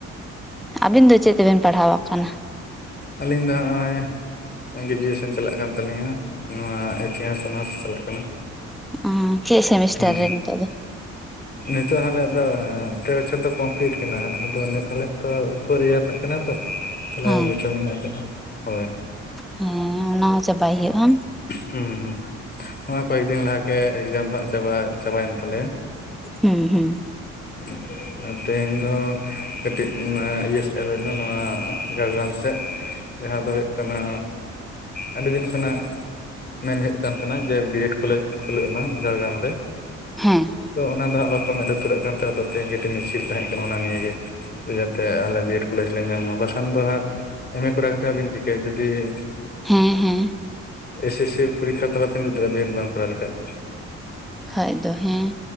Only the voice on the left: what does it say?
ᱟᱹᱞᱤᱧ ᱫᱚ ᱦᱚᱸᱜᱼᱚᱭ- -ᱜᱨᱮᱡᱩᱭᱮᱥᱚᱱ ᱪᱟᱞᱟᱜ ᱠᱟᱱ ᱛᱟᱹᱟᱞᱤᱧᱟ ᱱᱚᱣᱟ ᱤᱛᱤᱦᱟᱥ ᱚᱱᱟᱨᱥ ᱪᱟᱞᱟᱜ ᱠᱟᱱᱟ᱾
ᱦᱩᱸ
ᱱᱤᱛᱚᱜ ᱟᱞᱮ ᱫᱚ ᱯᱮ ᱵᱚᱪᱷᱚᱨ ᱫᱚ ᱠᱚᱢᱯᱤᱞᱤᱴ ᱠᱟᱱᱟ ᱟᱫᱚ ᱱᱤᱛ ᱦᱞᱮ ᱛᱚ ᱯᱷᱳᱨ ᱤᱭᱟᱨ ᱨᱮᱱᱟᱜ ᱠᱟᱱᱟ ᱛᱚ- - <unintelligible> ᱛᱟᱦᱚᱞᱮ
ᱟᱨ ᱢᱤᱫ ᱵᱚᱪᱷᱚᱨ ᱢᱮᱱᱟᱜ ᱟᱠᱟᱫᱼᱟ ᱦᱳᱭ
ᱦᱩᱸ ᱦᱩᱸ ᱱᱚᱣᱟ ᱠᱚᱭᱮᱠᱫᱤᱱ ᱞᱟᱦᱟᱮ ᱮᱠᱡᱟᱢ ᱫᱚ ᱦᱟᱸᱜ ᱪᱟᱵᱟ ᱪᱟᱵᱟᱭᱮᱱ ᱛᱟᱞᱮᱭᱟ᱾
ᱦᱮᱸ <unintelligible> <unintelligible> ᱚᱱᱟ ᱛᱮᱦᱮᱧ ᱫᱚ ᱠᱟᱹᱴᱤᱡ ᱤᱭᱟᱹ ᱥᱮᱫ ᱦᱩᱭᱱᱟ ᱱᱚᱣᱟ ᱡᱷᱟᱲᱜᱨᱟᱢ ᱥᱮᱫ- ᱡᱟᱦᱟᱸ ᱫᱚ ᱦᱩᱭᱩᱜ ᱠᱟᱱᱟ ᱟᱹ ᱫᱤᱱ ᱠᱷᱚᱱᱟᱜ- -ᱢᱮᱱ ᱦᱩᱭᱩᱜ ᱠᱟᱱ ᱛᱟᱦᱮᱱᱟ ᱡᱮ ᱵᱤᱭᱮᱰ ᱠᱚᱞᱮᱡᱽ ᱠᱷᱩᱞᱟᱹᱜ ᱢᱟ ᱡᱷᱟᱲᱜᱨᱟᱢ ᱨᱮ᱾
ᱛᱚ ᱚᱱᱟ ᱫᱚ ᱦᱟᱸᱜ ᱵᱟᱠᱚ ᱢᱮᱫ ᱞᱩᱛᱩᱨᱟᱜ ᱠᱟᱱ ᱛᱟᱦᱮᱸ ᱟᱫᱚ ᱛᱮᱦᱮᱧᱴᱤᱡ ᱢᱤᱪᱷᱤᱞ ᱛᱟᱦᱮᱸ ᱠᱟᱱᱟ ᱚᱱᱟ ᱱᱤᱭᱮ᱾ ᱡᱟᱛᱮ ᱟᱞᱮ ᱵᱤ ᱮᱰ ᱠᱚᱞᱮᱡᱽ ᱞᱮ ᱧᱟᱢ ᱢᱟ ᱵᱟᱠᱷᱟᱱ ᱫᱚ ᱦᱟᱸᱜ ᱮᱢ ᱮ ᱠᱚᱨᱟᱣ ᱠᱟᱛᱮᱫ ᱟᱵᱤᱱ ᱪᱤᱠᱟᱹᱭᱟ ᱡᱩᱫᱤ-
ᱮᱥ ᱮᱥ ᱥᱤ ᱯᱚᱨᱤᱠᱠᱷᱟ ᱛᱟᱞᱟᱛᱮ <unintelligible> ᱫᱟᱲᱮᱭᱟᱜᱼᱟ ᱵᱤᱱ ᱵᱤ ᱮᱰ ᱵᱟᱝ ᱠᱚᱨᱟᱣ ᱞᱮᱠᱷᱟᱡ